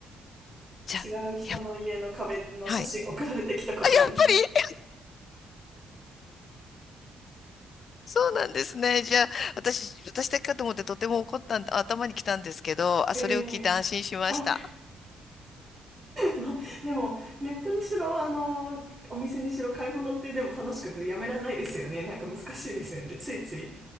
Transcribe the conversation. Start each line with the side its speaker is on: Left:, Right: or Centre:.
Left: じゃあ、
Right: 違う人の家の壁の写真送られてきたことあります。
Left: やっ、はい。あ、やっぱり <laughs> そうなんですね。じゃあ、私、私だけかと思ってとても怒ったん、頭に来たんですけど、あ、
Right: え
Left: それを聞いて安心しました。
Right: えあ <laughs> ま、でも、ネットにしろ、あの、お店にしろ買い物ってでも楽しくてやめられないですよね。なんか難しいですよね。ついつい。